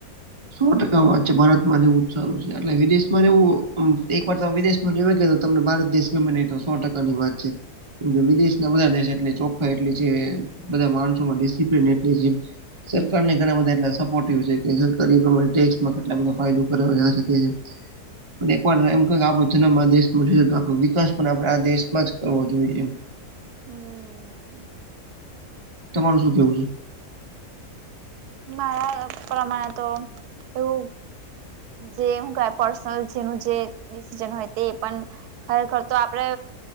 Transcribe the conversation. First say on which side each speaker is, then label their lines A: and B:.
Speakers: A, on the right; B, on the right.
A: સો ટકા વાત છે. ભારતમાં <unintelligible> જ સારું છે. એટલે વિદેશમાં રેવું એક વાર વિદેશ <unintelligible> તમને ભારત દેશ ગમે નઈ તો સો ટકા ની વાત છે. કે વિદેશના બધા દેશ જેટલી ચોખ્ખા એટલી જે બધા માણસોમાં ડિસિપ્લન એટલી જે સરકાર ને ઘણા બધા એટલા સપોર્ટિવ છે કે <unintelligible> ટેક્સમાં કેટલા બધા ફાયદો કરે પણ એક વાર એમ <unintelligible> આપડો જન્મ આ દેશ <unintelligible> આપડો વિકાસ પણ આપણે આ દેશમાં જ કરવો જોઈએ એમ.
B: હમ
A: તમાર શું કેવું છે?
B: મારા પ્રમાણે તો એવું જે હું <unintelligible> પર્સનલ જેનું જે ડિસિજન હોય તે પણ ખરેખર તો આપડે